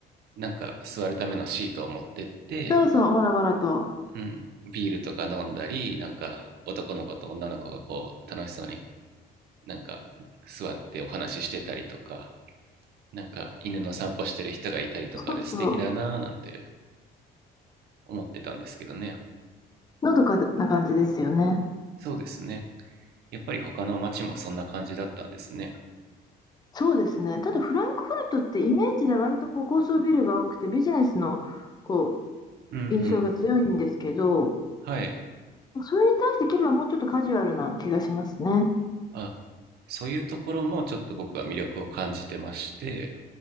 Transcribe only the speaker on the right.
う、なんか座るためのシートを持ってって、
うん、ビールとか飲んだり、なんか男の子と女の子がこう、楽しそうになんか座ってお話ししてたりとか、なんか犬の散歩してる人がいたりとかで素敵だなぁなんて
思ってたんですけどね。
そうですね。やっぱり他の町もそんな感じだったんですね。
うんうん。
はい。
あ、そういうところもちょっと僕は魅力を感じてまして、